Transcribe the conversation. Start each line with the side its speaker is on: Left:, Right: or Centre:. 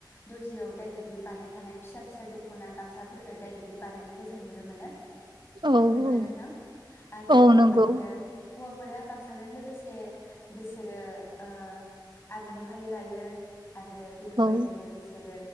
Left: दुरजियाव डाइरेक्टलि बानायखानाय फिसा फिसा दख'ना गामसाफोरखो डायरेक्टलि बानायनायखौ जों नुनो मोनो।
Right: औ
Left: नंगौ
Right: औ
Left: ना नोंथां आरो
Right: औ
Left: बेफोरबायदिनो
Right: नंगौ
Left: हौवाफोरा साजों लोगोसे बिसोरो ओ आर'नाइ फालि लायो। आरो बेफोरबायदिनो
Right: औ
Left: बिसोरो